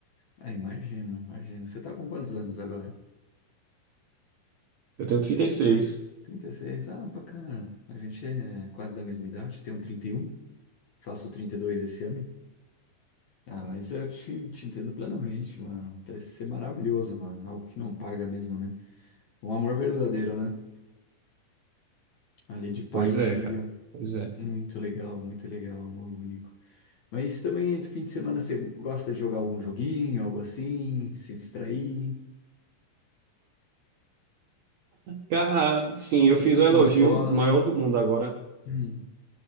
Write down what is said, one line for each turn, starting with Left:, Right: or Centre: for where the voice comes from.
Left: Ah, imagino, imagino. Você tá com quantos anos agora?
Right: Eu tenho 36.
Left: 36. Ah, bacana. A gente é quase da mesma idade. Tenho 31. faço 32 esse ano. Ah, mas eu te, te entendo plenamente, mano. Deve ser maravilhoso, mano. Algo que não paga mesmo, né? Um amor verdadeiro, né? Ali de pai
Right: Pois
Left: e filho.
Right: é, cara. Pois é.
Left: Muito legal, muito legal. Amor único. Mas também no fim de semana você gosta de jogar algum joguinho, algo assim, se distrair,
Right: Ca- ah, Sim,
Left: você
Right: eu fiz
Left: tem
Right: um elogio
Left: console.
Right: maior do mundo agora.
Left: Hum.